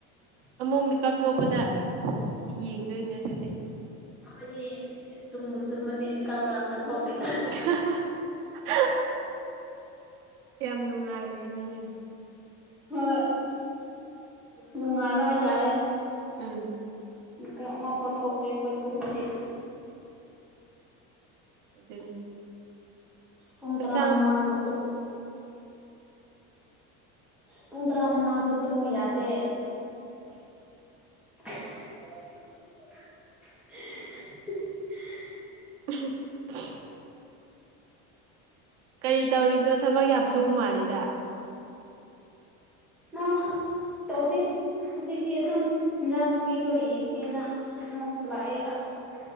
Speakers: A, on the right (about 75°); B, in the centre.
A: ꯑꯃꯨꯛ ꯃꯤꯀꯞ ꯊꯣꯛꯄꯗ ꯌꯦꯡꯗꯣꯏꯅꯦ ꯑꯗꯨꯗꯤ
B: ꯑꯈꯣꯏꯗꯤ ꯇꯨꯝꯕꯨ ꯇꯨꯝꯃꯗꯤ ꯃꯦꯀꯞꯀ ꯑꯝꯇ ꯊꯣꯛꯇꯦꯗ
A: <unintelligible> ꯀꯌꯥꯝ ꯅꯨꯡꯉꯥꯏꯔꯤꯅꯤꯅꯦ
B: ꯍꯣꯏ ꯅꯨꯡꯉꯥꯏꯕ ꯍꯥꯏꯇꯥꯔꯦ
A: ꯎꯝ
B: ꯃꯤꯀꯛ ꯑꯃꯐꯥꯎ ꯊꯣꯛꯇ꯭ꯔꯦ ꯑꯈꯣꯏ ꯇꯨꯝꯃꯗꯤ
A: ꯑꯗꯨꯅꯤ
B: ꯄꯨꯡ
A: ꯍꯛꯆꯥꯡ
B: ꯇꯔꯥ ꯃꯃꯥꯡꯗꯗꯤ ꯄꯨꯡ ꯇꯔꯥ ꯃꯃꯥꯡꯁꯨ ꯇꯨꯝꯃꯨ ꯌꯥꯗꯦ <unintelligible> <unintelligible>
A: <unintelligible> ꯀꯔꯤ ꯇꯧꯔꯤꯅꯣ ꯊꯕꯛ ꯌꯥꯝ ꯁꯨ ꯃꯥꯜꯂꯤꯗ
B: ꯅ ꯇꯧꯗꯦ ꯍꯧꯖꯤꯛꯇꯤ ꯑꯗꯨꯝ ꯏꯟꯖꯥꯡ ꯅꯥꯄꯤꯗꯣ ꯌꯦꯡꯁꯦꯅ ꯑꯃꯨꯛ ꯂꯥꯛꯑꯦ ꯑꯁ